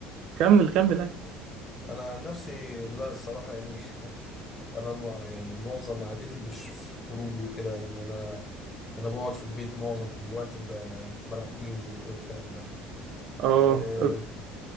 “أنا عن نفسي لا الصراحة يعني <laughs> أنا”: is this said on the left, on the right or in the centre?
Left